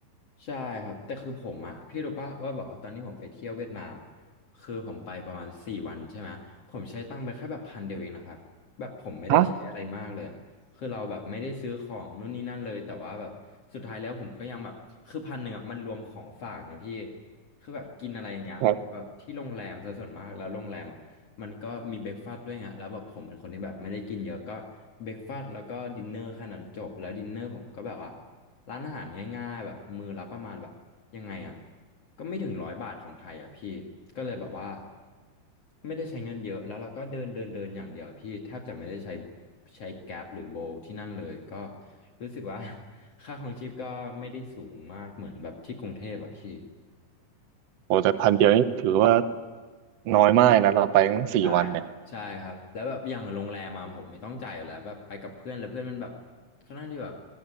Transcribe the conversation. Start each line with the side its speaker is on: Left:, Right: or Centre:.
Left: ใช่ครับแต่คือผมอ่ะพี่รู้ป่ะว่าแบบว่าตอนนี้ผมไปเที่ยวเวียดนามคือผมไปประมาณสี่วันใช่ไหมผมใช้ตังค์ไปแค่แบบพันเดียวเองนะครับแบบผมไม่ได้ใช้อะไรมากเลยอะคือเราแบบไม่ได้ซื้อของนู่นนี่นั่นเลยแต่ว่าแบบสุดท้ายแล้วผมก็ยังแบบคือพันหนึ่งอ่ะมันรวมของฝากเนอะพี่
Right: ฮะ
Left: คือแบบกินอะไรอย่างเงี้ยผมก็ที่โรงแรมซะส่วนมากแล้วโรงแรมอ่ะมันก็มีเบรกฟาสต์ด้วยไงแล้วแบบผมเป็นคนที่แบบไม่ได้กินเยอะก็เบรกฟาสต์แล้วก็ดินเนอร์แค่นั้นจบแล้วดินเนอร์ผมก็แบบว่า
Right: แบบ
Left: ร้านอาหารง่ายๆแบบมือละประมาณแบบยังไงอ่ะก็ไม่ถึงร้อยบาทของไทยอ่ะพี่ก็เลยแบบว่าไม่ได้ใช้เงินเยอะแล้วเราก็เดินเดินเดินอย่างเดียวพี่แทบจะไม่ได้ใช้ใช้แกร็บหรือโบลที่นั่นเลยก็รู้สึกว่า <laughs> ค่าครองชีพก็ไม่ได้สูงมากเหมือนแบบที่กรุงเทพแบบพี่
Right: โอ้แต่พันเดียวนี่ถือว่าน้อยมากนะเราไปทั้งสี่วันเนี่ย
Left: ใช่ครับใช่ครับแล้วแบบอย่างโรงแรมมาผมไม่ต้องจ่ายอยู่แล้วแบบไปกับเพื่อนแล้วเพื่อนมันแบบค่อนข้างที่แบบ